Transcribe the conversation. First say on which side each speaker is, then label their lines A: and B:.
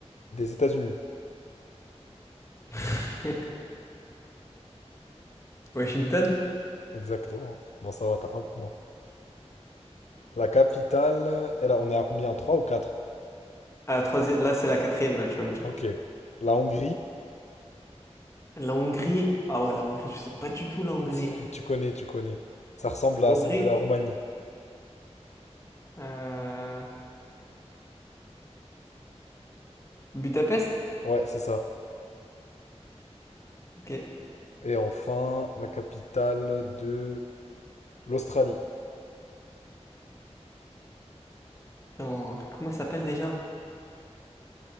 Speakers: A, on the left; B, on the left.
A: Des États-Unis.
B: <laughs> Washington?
A: Exactement. Bon, ça va, t'as un point. La capitale, elle, a- on est à combien? 3 ou quatre
B: Ah, troisième... Là, c'est la quatrième, là, tu vas me dire.
A: Ok. La Hongrie,
B: La Hongrie, ah ouais, la Hongrie, je sais pas du tout la Hongrie.
A: si
B: hein.
A: tu connais, tu connais. Ça ressemble
B: La
A: à
B: Hongrie,
A: celle de la Roumanie.
B: euh, Budapest?
A: Ouais, c'est ça.
B: Ok.
A: Et enfin, la capitale de l'Australie.
B: Non, comment ça s'appelle déjà?